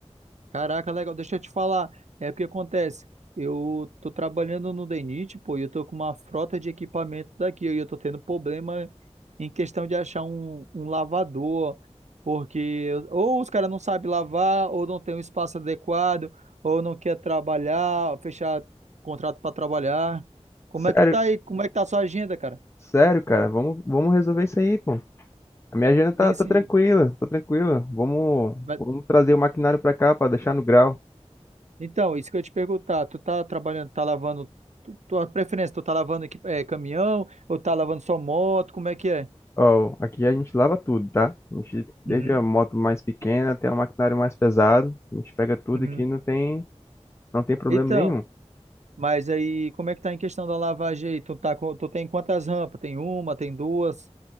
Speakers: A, on the right; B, on the left.
A: Caraca, legal. Deixa eu te falar. É porque acontece. Eu tô trabalhando no DENIT, pô, e eu tô com uma frota de equipamento daqui. E eu tô tendo problema em questão de achar um, um lavador. Porque eu- ou os caras não sabem lavar, ou não tem um espaço adequado, ou não quer trabalhar, fechar contrato para trabalhar. Como
B: Sério,
A: é que tá aí? Como é que tá a sua agenda, cara?
B: sério, cara, vamos, vamos resolver isso aí, pô. A minha agenda tá,
A: Sim,
B: tá
A: sim.
B: tranquila, tá tranquila. Vamos,
A: Mas-
B: vamos trazer o maquinário pra cá pra deixar no grau.
A: Então, isso que eu ia te perguntar, tu tá trabalhando, tá lavando, tu, tua preferência, tu tá lavando aqui, é, caminhão ou tá lavando só moto, como é que é?
B: Ó, aqui a gente lava tudo, tá? A gente, desde
A: Uhum,
B: a moto mais pequena até o maquinário mais pesado, a gente pega tudo
A: uhum.
B: aqui, não tem, não tem problema
A: Então,
B: nenhum.
A: mas aí, como é que tá em questão da lavagem aí? Tu tá com, tu tem quantas rampas? Tem uma, tem duas?